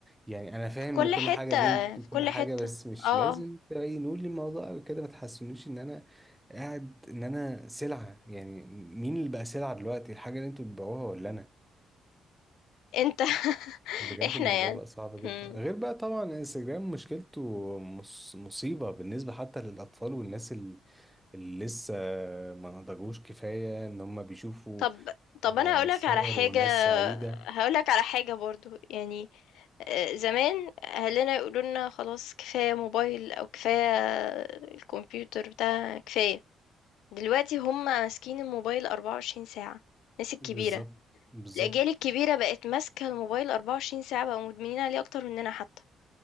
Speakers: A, in the centre; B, on the left.
A: يعني انا فاهم
B: في كل
A: ان كل
B: حتة،
A: حاجه لينكد
B: في
A: وكل
B: كل
A: حاجه
B: حتة،
A: بس مش
B: آه،
A: لازم
B: آه.
A: تبينوا لي الموضوع أوي كده ما تحسونيش ان انا قاعد ان انا سلعه يعني مين اللي بقى سلعه دلوقتي الحاجه اللي انتوا بتبيعوها ولا انا
B: انت <laughs>
A: بجد
B: احنا
A: الموضوع
B: يعني
A: بقى صعب جدا
B: مم.
A: غير بقى طبعا انستجرام مشكلته مص- مصيبه بالنسبه حتى للاطفال والناس ال- اللي لسه ما نضجوش كفايه ان هم بيشوفوا
B: طب طب
A: آه،
B: انا هقولك
A: صور
B: على حاجة
A: وناس سعيده
B: هقولك على حاجة برضو يعني آه، زمان اهلنا يقولوا لنا خلاص كفاية موبايل او كفاية الكمبيوتر بتاع كفاية دلوقتي هم ماسكين الموبايل 24 ساعة الناس الكبيرة
A: بالظبط بالظبط
B: الاجيال الكبيرة بقت ماسكة الموبايل 24 ساعة بقوا مدمنين عليه اكتر مننا حتى